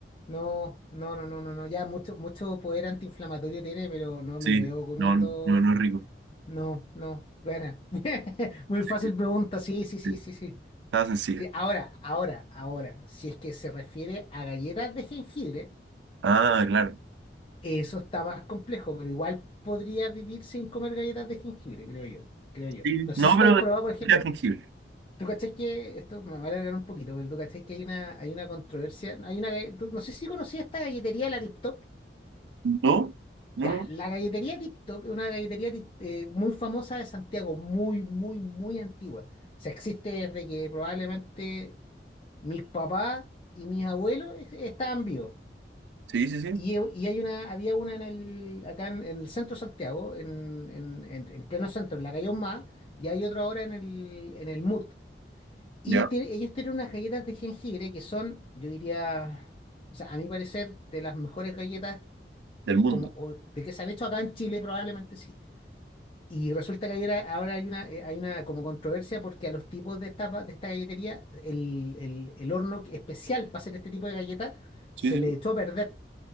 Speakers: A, on the left (about 30°); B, on the right (about 75°).
A: No, no, no, no, no, no. Ya mucho, mucho poder antiinflamatorio tiene, pero no
B: Sí,
A: me veo comiendo.
B: no, no, no es rico.
A: No, no. Bueno. <laughs> Muy
B: Sí,
A: fácil pregunta. Sí, sí, sí,
B: sí,
A: sí, sí.
B: Está sencilla.
A: Sí, ahora, ahora, ahora. Si es que se refiere a galletas de jengibre,
B: Ah, claro.
A: eso está más complejo, pero igual podría vivir sin comer galletas de jengibre, creo yo. Creo yo.
B: Sí,
A: No
B: no,
A: sé si
B: pero
A: tú has probado,
B: de
A: por ejemplo.
B: de jengibre.
A: Tú cachás que, esto me va a alargar un poquito, pero tú cachás que hay una, hay una controversia, hay una, galle- tú- no sé si conocías esta galletería, la Tip Top.
B: No, no,
A: Ya,
B: no.
A: la galletería Tip Top es una galletería tip- eh, muy famosa de Santiago, muy, muy, muy antigua. O sea, existe desde que probablemente mis papás y mis abuelos ex- estaban vivos.
B: sí, sí, sí.
A: Y, he- y hay una, había una en el, acá en, en el centro de Santiago, en, en, en, en pleno centro, en la calle Ahumada, y hay otra ahora en el, en el MUT Y
B: Ya,
A: tie- ellos tienen unas galletas de jengibre que son, yo diría, o sea, a mi parecer, de las mejores galletas
B: del mundo.
A: como o- de que se han hecho acá en Chile, probablemente sí. Y resulta que ahora, ahora hay una, eh, hay una como controversia porque a los tipos de esta, pa- de esta galletería, el, el, el horno especial para hacer este tipo de galletas
B: Sí,
A: se
B: sí,
A: le
B: sí.
A: echó a perder.